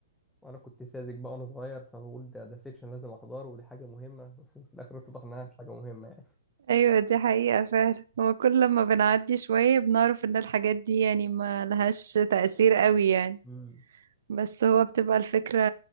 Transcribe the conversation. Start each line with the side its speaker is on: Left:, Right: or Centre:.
Centre: وانا كنت ساذج بقى وانا صغير فبقول ده ده سيكشن لازم احضره ودي حاجه مهمه <laughs> في الاخر اتضح انها مش حاجه مهمه يعني
Right: ايوه دي حقيقة فعلا هو كل لما بنعدي شوية بنعرف ان الحاجات دي يعني ما لهاش تأثير قوي يعني
Centre: مم.
Right: بس هو بتبقى الفكرة